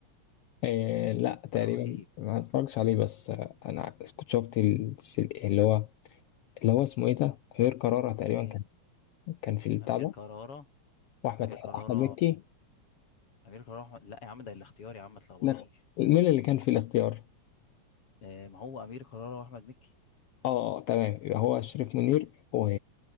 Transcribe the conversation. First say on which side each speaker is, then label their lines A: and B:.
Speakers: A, on the left; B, on the left.
A: آه لا تقريبا
B: رهيب
A: ما اتفرجش عليه بس آه، انا كنت شفت ال- اللي هو اللي هو اسمه ايه ده غير قرارة تقريبا
B: ايه
A: كان كان في البتاع
B: امير
A: ده
B: كرارة
A: واحمد
B: امير كرارة
A: احمد مكي
B: امير كرارة واحمد لا يا عم ده الاختيار يا عم ما تلخبطنيش
A: لا مين اللي كان في الاختيار
B: آه، ما هو امير كرارة واحمد مكي
A: اه تمام يبقى هو شريف منير و